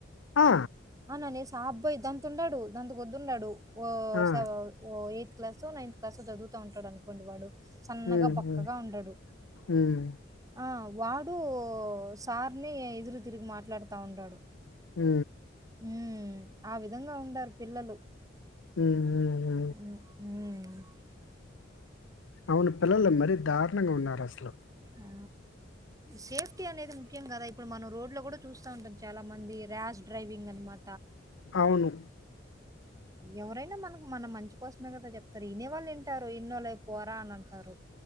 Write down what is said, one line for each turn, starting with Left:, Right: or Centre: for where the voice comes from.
Left: ఆ!
Right: అనానేేసి ఆ అబ్బాయ్ దంత ఉండాడు దంత కొద్దున్నాడు ఓ
Left: ఆ!
Right: స ఓ క్లాసో నైన్త్ క్లాసో చదుత ఉంటాడు అనుకోండి వాడు సన్నగా
Left: హ్మ్.
Right: బక్కగా
Left: హ్మ్.
Right: ఉండడు
Left: హ్మ్.
Right: ఆ వాడు సార్ని ఇరు తిరిగి మాట్లాడుతా ఉంటాడు
Left: ఉ
Right: ఊ ఆ విధంగా ఉండారు పిల్లలు
Left: ఉ హు హు
Right: హ్మ్. హ్మ్.
Left: అవును పిల్లలు మరీ దారుణంగా ఉన్నారు అసలు
Right: ఆ సేఫ్టీ అనేది ముఖ్యం కదా ఇప్పుడు మనం రోడ్ లో కూడా చూస్తా ఉంటాం చాలా మంది ర్యాష్ డ్రైవింగ్ అనమా
Left: అవును
Right: ఎవరైనా మనకు మన మంచి కోసమే కదా చెప్తారు వినేవాళ్ళు వింటారు ఇన్నోళ్ళు అయి పోరా అని అంటారు